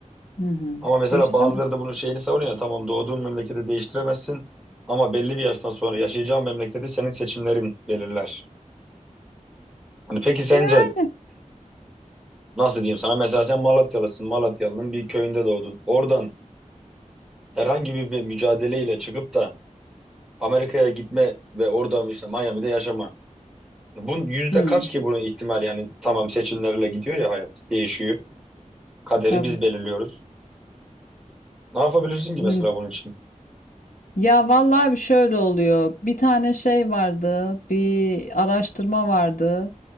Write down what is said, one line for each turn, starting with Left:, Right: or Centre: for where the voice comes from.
Left: Hı hı.
Centre: Ama mesela
Left: Değiştiremez.
Centre: bazıları da bunun şeyini savunuyor. Tamam doğduğun memleketi değiştiremezsin ama belli bir yaştan sonra yaşayacağın memleketi senin seçimlerin belirler. Hani peki sence
Left: Yani.
Centre: <clears throat> nasıl diyeyim sana mesela sen Malatyalısın. Malatyalı'nın bir köyünde doğdun. Oradan herhangi bir, bir mücadeleyle çıkıp da Amerika'ya gitme ve orada işte Miami'de yaşama. Bunun yüzde
Left: Hı,
Centre: kaç ki bunun ihtimal yani tamam seçimlerle gidiyor ya hayat değişiyor. Kaderi
Left: tabii.
Centre: biz belirliyoruz. Ne yapabilirsin ki mesela
Left: Hı.
Centre: bunun için?
Left: Ya vallahi bir şöyle oluyor. Bir tane şey vardı, bir araştırma vardı.